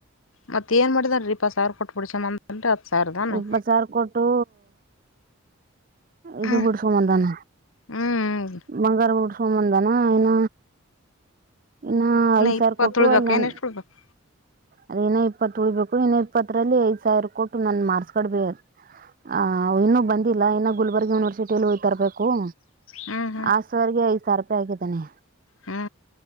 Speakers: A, on the left; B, on the right.
A: ಮತ್ತತ್ ಏನ್ ಮಾಡಿದಾರೀಪ್ಪತ್ ಸಾವಿರ ಕೊಟ್ಬಿಡ್ ಚಮ್ಮಂದನ್ರಿ ಹತ್ ಸಾವಿರದಾನ
B: ಇಪ್ಪತ್ ಸಾವಿರ ಕೊಟ್ಟು ಇದು
A: ಹ್ಮ್
B: ಬಿಡ್ಸಬಂಧಾನ
A: ಹ್ಮ್
B: ಬಂಗಾರ ಬಿಡ್ಸಬಂಧ ಾನ ಏನ ಇನ್ನು ಐದ್ ಸಾವಿರ
A: ಇಪ್ಪತ್ತು
B: ಕೊಟ್ಟು
A: ಉಳ್ಬೇಕ
B: ಅಲ್ಲಿ ನಾನ್
A: ಏನ್ ಎಷ್ಟು ಉಳ್ಬೇಕು
B: ಅದೇನ ಇಪ್ಪತ್ತು ಉಳಬೇಕು ಇ ಇಪ್ಪತ್ತರಲ್ಲಿ ಐದ್ ಸಾವಿರ ಕೊಟ್ಟು ನ ಮಾರ್ಸ್ ಕಬ ಆ ಇನ್ನುೂ ಬಂದಿಲ್ಲ ಇ ಗುಲ್ಬರ್ಗ್ ಯೂನಿವರ್ಸಿಟಿಲ್ಲಿ ಐ್ತರ ಬು
A: ಹ್ಮ್
B: ಆ ಸರ್ರಿಗೆ ಐದ ಸಾವರ ರೂಪಾಯಿ ಆಗಿದ್ದಾನೆ
A: ಹಾ